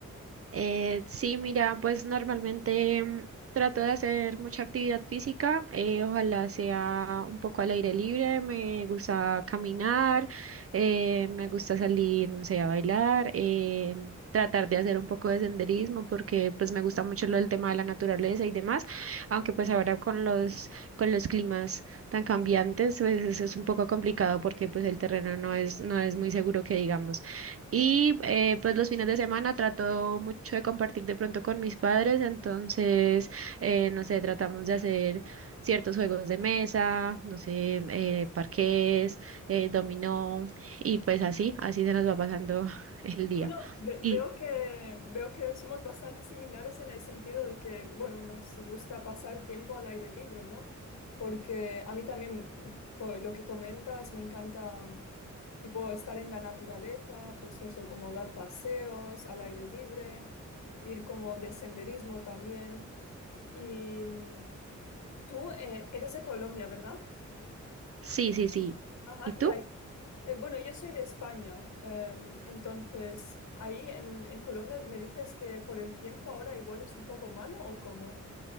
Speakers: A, on the right (about 50°); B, on the left (about 65°).
A: Eh, sí, mira, pues normalmente mm, trato de hacer mucha actividad física, eh, ojalá sea un poco al aire libre, me gusta caminar, eh, me gusta salir, no sé, a bailar, eh, tratar de hacer un poco de senderismo porque pues me gusta mucho lo del tema de la naturaleza y demás, aunque pues ahora con los, con los climas tan cambiantes, pues eso es un poco complicado porque pues el terreno no es, no es muy seguro que digamos. Y eh, pues los fines de semana trato mucho de compartir de pronto con mis padres, entonces, eh, no sé, tratamos de hacer ciertos juegos de mesa, no sé, eh, parqués, eh, dominó, y pues así, así se nos va pasando <laughs> el día.
B: Bueno, ve- veo
A: Y
B: que, veo que somos bastante similares en el sentido de que, bueno, nos gusta pasar tiempo al aire libre, ¿no? Porque a mí también, por lo que comentas, me encanta, tipo, estar en la naturaleza, pues eso, como dar paseos al aire libre, ir como de senderismo también. Y mm, tú, eh, eres de Colombia, ¿verdad?
A: sí, sí, sí.
B: Ajá,
A: ¿Y tú?
B: y ahí Eh, bueno, yo soy de España, em, entonces ahí en, en Colombia me dices que por el tiempo ahora igual es un poco malo o cómo.